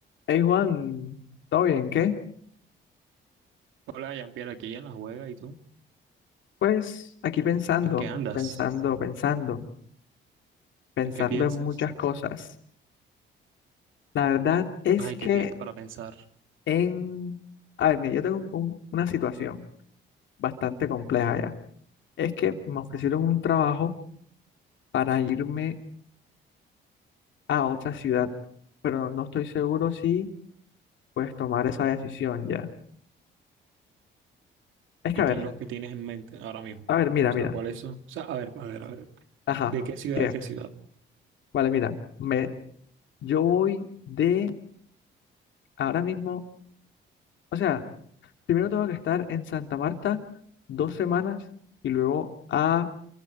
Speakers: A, on the left; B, on the right.
A: Hey Juan, ¿todo bien? ¿Qué?
B: Hola, Jean-Pierre, aquí en la juega, ¿y tú?
A: Pues aquí pensando,
B: ¿En qué andas?
A: pensando, pensando, pensando
B: ¿En qué piensas?
A: en muchas cosas. La verdad es
B: Ay,
A: que
B: ¿qué tienes para pensar?
A: en... A ver, mira, yo tengo un- un- una situación bastante compleja ya. Es que me ofrecieron un trabajo para irme a otra ciudad, pero no estoy seguro si puedes tomar esa decisión ya. Es
B: ¿Y
A: que a ver,
B: qué es lo que tienes en mente ahora mismo?
A: a
B: O
A: ver, mira, mira.
B: sea, ¿cuáles son? O sea, a ver, a ver, a ver.
A: Ajá,
B: ¿De qué ciudad
A: ¿qué?
B: a qué ciudad?
A: Vale, mira, me, yo voy de ahora mismo, o sea... Primero tengo que estar en Santa Marta dos semanas y luego a